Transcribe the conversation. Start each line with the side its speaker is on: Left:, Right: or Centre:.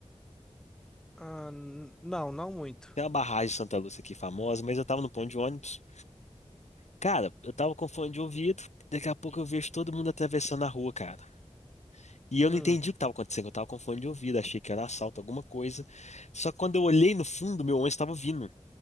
Centre: ah, n- não, não muito.
Left: Tem uma barragem de Santa Lúcia aqui famosa, mas eu tava no ponto de ônibus. Cara, eu tava com fone de ouvido. Daqui a pouco eu vejo todo mundo atravessando a rua, cara. E eu
Centre: Hum.
Left: não entendi o que tava acontecendo. Eu tava com fone de ouvido, achei que era assalto, alguma coisa. Só que quando eu olhei no fundo, meu ônibus tava vindo.